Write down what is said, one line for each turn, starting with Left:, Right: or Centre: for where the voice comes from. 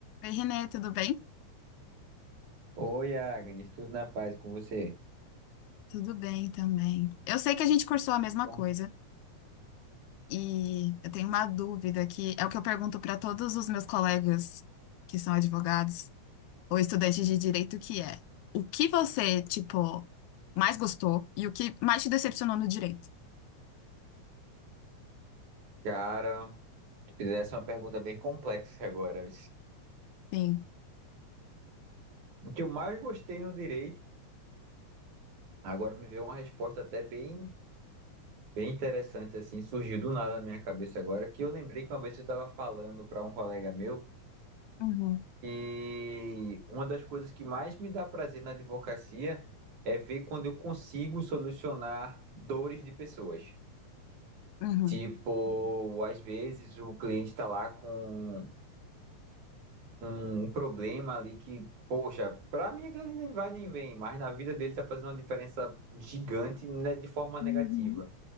Left: Oi, Renê, tudo bem?
Right: Oi, Agnes, tudo na paz e com você?
Left: Tudo bem também. Eu sei que a gente cursou a mesma
Right: Bom,
Left: coisa e eu tenho uma dúvida que é o que eu pergunto para todos os meus colegas que são advogados ou estudantes de direito que é: o que você, tipo, mais gostou e o que mais te decepcionou no direito?
Right: Cara, fizesse uma pergunta bem complexa agora.
Left: Sim.
Right: O que eu mais gostei no direito, agora me veio uma resposta até bem, bem interessante, assim, surgiu do nada na minha cabeça agora, que eu lembrei que uma vez eu estava falando para um colega meu
Left: Uhum,
Right: e uma das coisas que mais me dá prazer na advocacia é ver quando eu consigo solucionar dores de pessoas.
Left: uhum,
Right: Tipo, às vezes o cliente está lá com um problema ali que, poxa, pra mim aquilo ali nem vai nem vem, mas na vida dele tá fazendo uma diferença gigante, né, de forma
Left: uhum,
Right: negativa.